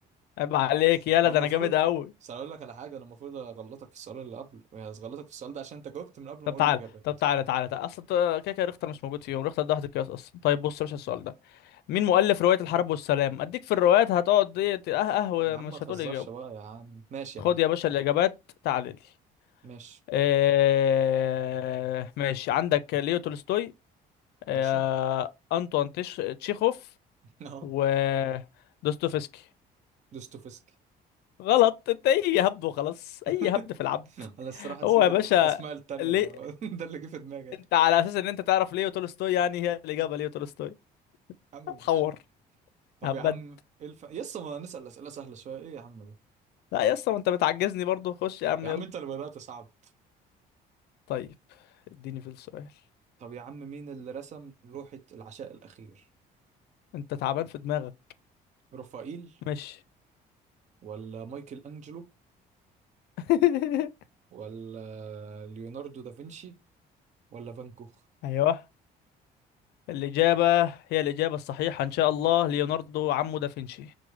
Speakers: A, on the left; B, on the right.
A: عيب عليك
B: <laughs>
A: يلا
B: ما
A: ده
B: المفروض
A: انا جامد قوي
B: بس أنا اقول لك على حاجه انا المفروض اغلطك في السؤال اللي قبله يعني اغلطك في السؤال ده عشان انت جاوبت من قبل
A: طب
B: ما اقول
A: تعالى
B: الاجابات
A: طب تعالى تعالى تعالى اصلا ت- كده كده ريختر مش موجود فيهم ريختر ده واحد القياس اصلا طيب بص يا باشا السؤال ده مين مؤلف رواية الحرب والسلام اديك في الروايات هتقعد دي ت- اه اه ومش
B: يا عم ما تهزرش
A: هتقول اجابة
B: بقى يا عم ماشي
A: خد
B: يا عم
A: يا باشا الاجابات تعالى لي
B: ماشي
A: آه... ماشي عندك ليو تولستوي آه،
B: ماشي
A: أنطوان تيش... تشيخوف
B: <laughs> اه
A: ودوستويفسكي
B: دوستويفسكي
A: غلط انت اي هبد وخلاص
B: <laughs>
A: اي هبد في العبد
B: انا الصراحه نسيت
A: هو يا باشا
B: الاسماء التانية
A: ليه
B: فده <laughs> اللي جه في دماغي <laughs> يا
A: انت على اساس ان انت تعرف ليه تولستوي يعني هي الاجابه ليه تولستوي
B: عم ماشي
A: هتحور
B: طب
A: هبد
B: يا عم ايه الف... يسا ما نسأل أسئلة سهلة شوية ايه يا عم ده
A: لا يا اسطى ما انت بتعجزني برضو خش يا عم
B: يا
A: يلا
B: عم انت اللي بدأت صعب
A: طيب اديني في السؤال
B: طب يا عم مين اللي رسم لوحة العشاء الأخير
A: انت تعبان في دماغك
B: رافائيل
A: ماشي
B: ولا مايكل أنجلو
A: <laughs>
B: ولا ليوناردو دافنشي ولا فان كوخ
A: ايوه الاجابه هي الاجابه الصحيحه ان شاء الله ليوناردو عمو دافنشي